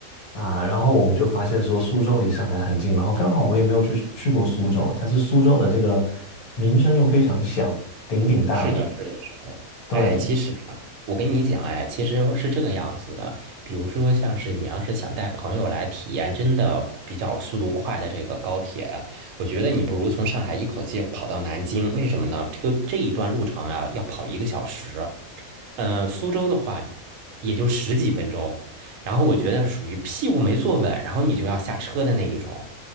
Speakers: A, on the left; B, on the right.
A: 啊，然后我们就发现说苏州离上海很近，然后刚好我也没有去去过苏州，但是苏州的这个名声又非常响，鼎鼎大名。
B: 是的，是的，是的。
A: 对，
B: 哎，其实啊，我跟你讲，哎，其实是这个样子的。比如说，像是你要是想带朋友来体验真的比较速度快的这个高铁，我觉得你不如从上海一口气跑到南京。为什么呢？这个这一段路程啊，要跑一个小时。呃，苏州的话也就十几分钟。然后我觉得属于屁股没坐稳，然后你就要下车的那一种。